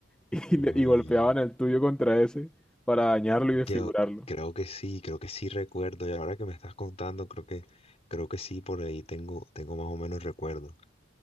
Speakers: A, in the centre; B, on the left (about 30°).
A: <laughs> Y, le-
B: Uy.
A: y golpeaban el tuyo contra ese para dañarlo
B: Yo
A: y desfigurarlo.
B: creo que sí, creo que sí recuerdo. Y ahora que me estás contando, creo que, creo que sí, por ahí tengo, tengo más o menos recuerdo.